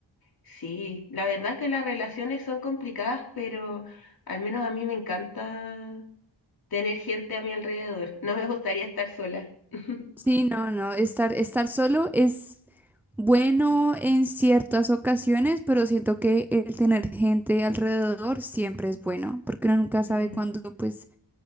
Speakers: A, on the left; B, in the centre.
A: sí, la verdad es que las relaciones son complicadas, pero al menos a mí me encanta tener gente a mi alrededor. No me gustaría estar sola. <laughs>
B: Sí, no, no, estar, estar solo es bueno en ciertas ocasiones, pero siento que el tener gente alrededor siempre es bueno, porque uno nunca sabe
A: Mm,
B: cuándo pues